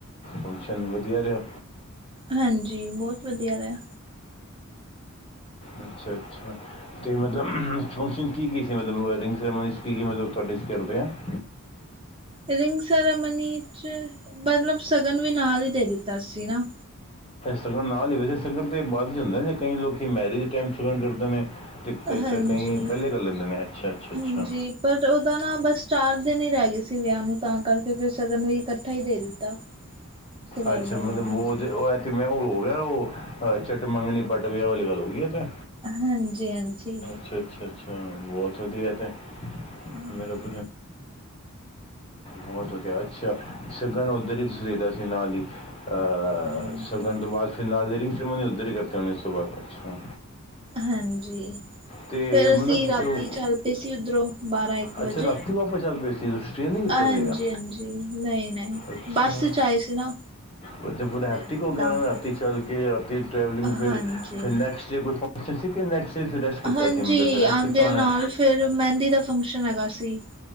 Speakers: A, on the left; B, on the right.
A: ਫੰਕਸ਼ਨ ਵਦੀਆ ਰੇਆ?
B: ਹਾਂਜੀ, ਬੋਤ ਵਦੀਆ ਰੇਆ।
A: ਅੱਛਾ-ਅੱਛਾ ਅਤੇ ਮਤਲਬ ਫੰਕਸ਼ਨ ਕੀ-ਕੀ ਸੀ ਮਤਲਬ ਰਿੰਗ ਸੈਰਾਮਨੀ ਕੀ ਕੀ ਮਤਲਬ ਤੁਹਾਡੇ ਕਰਦੇ ਹਾਂ। <inaudible>
B: ਰਿੰਗ ਸੈਰਾਮਨੀ ਚ ਮਤਲਬ ਸਗਨ ਵੀ ਨਾਲ ਹੀ ਦੇ ਦਿੱਤਾ ਸੀ ਨਾ।
A: ਸ਼ਗਨ ਨਾਲ ਹੀ ਵੈਸੇ ਸਗਨ ਤੇ ਬਾਅਦ ਚ ਹੁੰਦੇ ਨੇ ਕਈ ਲੋਕ ਮੈਰਿਜ ਟਾਈਮ ਸ਼ਗਨ ਕਰਦੇ ਨੇ ਤੇ ਤੇ ਅੱਛਾ
B: ਹਾਂਜੀ।
A: ਕਈ ਪਹਿਲੇ ਕਰ ਲੈਂਦੇ ਨੇ ਅੱਛ-ਅੱਛਾ,
B: ਹਾਂਜੀ
A: ਅੱਛਾ।
B: ਪਰ ਉਹਦਾ ਨਾ ਬਸ ਚਾਰ ਦਿਨ ਹੀ ਰਹਿ ਗਏ ਸੀ ਵਿਆਹ ਨੂੰ ਤਾਂ ਕਰਕੇ ਫਿਰ ਸਗਨ ਵੀ ਇਕੱਠਾ ਹੀ ਦੇ ਦਿੱਤਾ। ਸਗਾਈ
A: ਅੱਛਾ
B: ਦੇ
A: ਮਤਲਬ
B: ਨਾਲ-ਨਾਲ
A: ਬਹੁਤ ਉਹ ਕਿਵੇਂ ਉਹ ਹੋ ਗਿਆ ਉਹ ਚਟ ਮੰਗਣੀ ਪੱਟ ਵੀ ਵਾਲੀ ਗੱਲ ਹੋ ਗਈ ਆ ਤੇ।
B: ਹਾਂਜੀ-ਹਾਂਜੀ।
A: ਅੱਛਾ-ਅੱਛਾ, ਅੱਛਾ ਬੋਤ ਵਦੀਆ ਐ ਤੇ
B: ਹਾਂਜੀ।
A: ਮੇਰਾ <unintelligible> ਬੋਤ ਵਦੀਆ, ਅੱਛਾ, ਸਗਨ ਓਧਰ ਈ ਤੁਸੀ ਦੇਤਾ ਸੀ ਨਾਲ ਈ। ਅ
B: ਹਾਂਜੀ,
A: ਸਗਨ ਤੋ ਬਾਦ ਫਿਰ ਨਾਲ ਈ ਰਿੰਗ ਸੈਰੇਮਨੀ ਓੱਧਰ ਈ ਕਰਤੀ ਹੋਨੀ ਉਸ ਤੋਂ ਬਾਦ ਅੱਛਾ।
B: ਹਾਂਜੀ।
A: ਤੇ
B: ਫੇਰ ਅਸੀਂ
A: ਮਤਲਬ,
B: ਰਾਤੀ
A: ਤੇ ਓ
B: ਚੱਲ ਪਏ ਸੀ ਉੱਧਰੋਂ ਬਾਰਾਂ ਇੱਕ ਵਜੇ
A: ਅੱਛਾ ਰਾਤੀ ਵਾਪਸ ਚੱਲ ਪਏ ਸੀ। ਸਟੇ ਨੀ ਕੀਤਾ
B: ਹਾਂਜੀ-ਹਾਂਜੀ
A: ਸੀਗਾ,
B: ਨਹੀਂ-ਨਹੀਂ
A: ਅਛਾ।
B: ਬੱਸ ਚ ਆਏ ਸੀ ਨਾ
A: ਫੇਰ ਤੇ ਪੂਰਾ
B: ਫਿਰ
A: ਹੈਕਟਿਕ ਹੋ ਗਯਾ
B: ਤਾਂ
A: ਹੋਨਾ ਰਾਤੀ
B: ਕਰਕੇ
A: ਚਲ ਕੇ ਰਾਤੀ ਟ੍ਰੈਵਲਿੰਗ ਫੇਰ
B: ਹਾਂਜੀ।
A: ਨੈਕਸਟ <unintelligible>
B: ਹਾਂਜੀ,
A: ਮਤਲਬ ਫਿਰ ਰੈਸਟ
B: ਆਂਦਯਾ
A: ਕੀਤਾ ਹੋਣਾ
B: ਨਾਲ
A: ਹੈ?
B: ਫੇਰ ਮੈਂਦੀ ਦਾ ਫੰਕਸ਼ਨ ਹੈਗਾ ਸੀ।